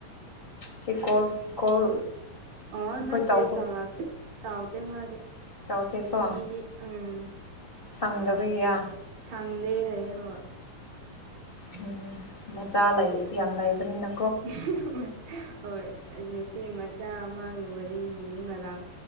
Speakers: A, on the left (about 20°); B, on the right (about 70°).
A: ꯁꯤ ꯀꯣꯜ ꯀꯣꯜ
B: ꯑ
A: ꯑꯩꯈꯣꯏ
B: ꯅꯠꯇꯦ
A: ꯇꯧꯕ
B: ꯇꯧꯔꯛꯇꯦ ꯇꯧꯗꯦ ꯃꯥꯗꯤ
A: ꯇꯧꯗꯦꯀꯣ
B: ꯃꯤꯗꯤ ꯑꯪ
A: ꯁꯪꯗꯕꯒꯤꯔ
B: ꯇ ꯇ ꯁꯪ ꯂꯩ ꯍꯥꯏꯌꯦ ꯍꯣꯏ
A: ꯍꯨꯝ ꯃꯆꯥ ꯂꯩ ꯌꯥꯝ ꯂꯩꯕꯅꯤꯅ
B: <inaudible> ꯍꯣꯏ ꯍꯣꯢ ꯉꯁꯤ ꯃꯆꯥ ꯑꯃꯒꯤ ꯋꯔꯤ ꯂꯤ ꯂꯤꯌꯦ ꯉꯔꯥꯡ